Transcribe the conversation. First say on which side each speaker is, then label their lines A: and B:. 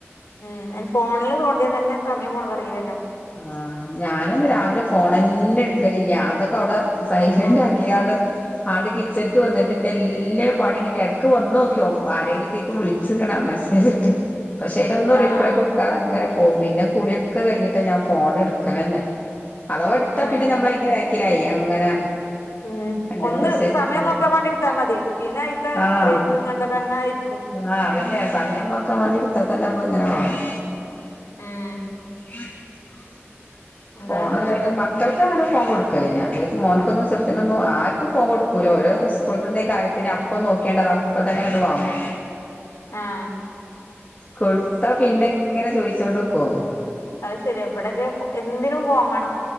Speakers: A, on the left; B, on the left.
A: ഉം അയ്ന് ഫോണില് തോണ്ടിയ തന്നെ സമയം പോണത് അറിയില്ലല്ലോ
B: ആഹ് ഞാനൊന്ന് രാവിലെ ഫോണെന്നെ എടുക്കലില്ല അതൊക്കെ അവിടെ സൈലന്റ്
A: ആഹ്
B: ആക്കികാണ്ട് ആണ്ട് കിച്ചൺക്ക് വന്നിട്ട് ന്റെ എല്ലാ പണീം കഴിഞ് എടക്ക് വന്നോക്യോക്കും ആരെലും ഇതിക്ക് വിൾച്ച് ണൊ മെസ്സേജ് ഇട്ട് പക്ഷെ അതിനൊന്നും
A: ആഹ്
B: റിപ്ലൈ
A: ആഹ്
B: കൊടുകാതെ അങ്ങനെ പോകും പിന്നെ കുളിയൊക്കെ കഴിഞ്ഞിട്ടെ ഞാൻ ഫോണ് എടുക്കലന്നെ. അഥവാ എടുത്താ
A: ഉം
B: പിന്നെ ഞമ്മളയിന്റെ വേക്കിലായി അങ്ങനെ
A: ഉം
B: അങ്ങനെ
A: ഒന്ന്
B: മെസ്സേജ്
A: സമയം
B: ഇട്ട്
A: നോക്കാൻ വേണ്ടി എടുത്താ മതി പിന്നെ അയിത്തെ
B: ആഹ്
A: റീൽസും കണ്ടൊക്കെ അങ്ങനെ ഇരിക്കും
B: ആഹ് അതന്നെ സമയം നോക്കാൻ വേണ്ടിട്ത്താ തന്നെ നമ്മള ഇങ്ങനെ കാണും
A: ഉം
B: ഏ
A: അതാണ്
B: ഫോണ്
A: പ്രശ്നം
B: കഴിയ്ണ, മക്കൾക്ക് അങ്ങനെ ഫോൺ കൊടുക്കലില്ല, <unintelligible> മോൻക്കൊന്നും ചെറുത്തിനൊന്നും ആർക്കും ഫോൺ കൊടുക്കൂല്ല ഓരോ സ്കൂൾത്തെന്തേം കാര്യത്തിന് അപ്പൊ ന്ന് നോക്കിയാണ്ട് അത് അപ്പ തന്നെ ഇങ്ങട്ട് വാങ്ങും
A: ആഹ്
B: കൊടുത്താ പിന്നെങ്ങനെ ചോയിച്ചോണ്ട് ക്കോ
A: അത് ശരിയാ ഇവിടെയൊക്കെ എന്തിനും ഫോൺ വേണം